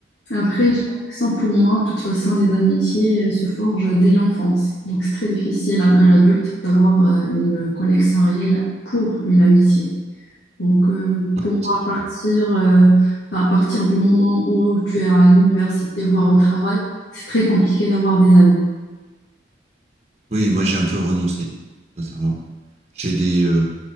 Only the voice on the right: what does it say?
Euh,
ouais,
c'est
sûr.
Oui, moi j'ai un peu renoncé, sincèrement. J'ai des, euh,